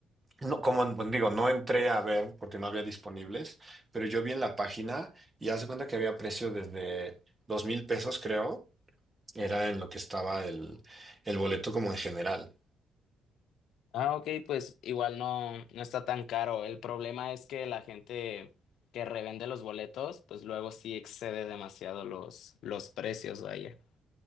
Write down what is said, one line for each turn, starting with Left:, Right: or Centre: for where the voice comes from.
Right: No, como pues, digo, no entré a ver porque no había disponibles, pero yo vi en la página y hace cuenta que había precio desde dos mil pesos, creo, era en lo que estaba el, el boleto como en general.
Left: Ah, ok, pues igual no, no está tan caro. El problema es que la gente que revende los boletos, pues luego sí excede demasiado los, los precios, vaya.